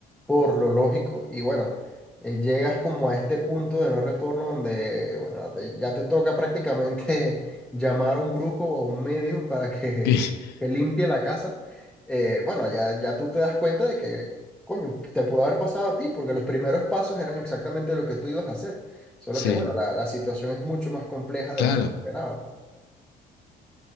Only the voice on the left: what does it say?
<laughs>
Sí,
claro.